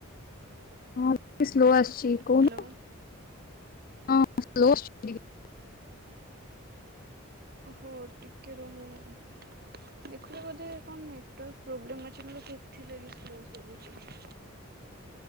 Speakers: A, on the left (about 40°); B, on the right (about 45°).
A: ମାନେ ସ୍ଲୋ ଆସୁଛି। <unintelligible>
B: ହ୍ୟାଲୋ।
A: <unintelligible>
B: ହୋ ଟିକେ ରୁ ମୁଁ ଦେଖିଲୁ ବୋଧେ କଣ ନେଟୱାର୍କ ପ୍ରୋବ୍ଲେ ଅଛି ମୋର କେଥିଲାଗି ସ୍ଲୋ ସବୁଛି।